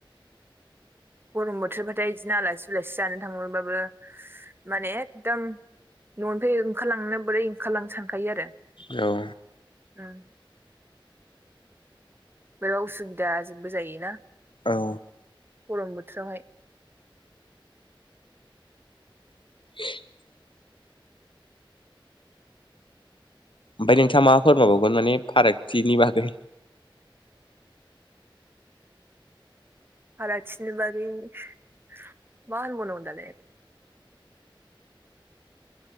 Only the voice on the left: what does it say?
औ
औ
<inaudible> ओमफ्राय नोंथाङा मा फोरमायबावगोन माने फारागथिनि बागै